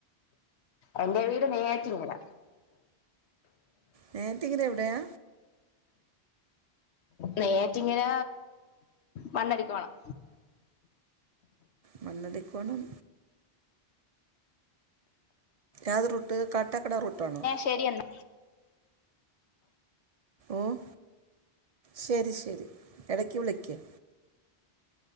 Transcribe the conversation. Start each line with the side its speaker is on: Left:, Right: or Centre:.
Left: എന്റെ വീട് നെയ്യാറ്റിൻകര
Right: നെയ്യാറ്റിൻകരയെവിടെയാ?
Left: നെയ്യാറ്റിൻകര മണ്ണടി പാളം
Right: മണ്ണടിക്കോണം ഏത്റൂട്ട് കാട്ടക്കട റൂട്ടാണോ?
Left: ശെരിയെന്ന
Right: ഓഹ് ശരി ശരി എടയ്ക്കു വിളിയ്ക്ക്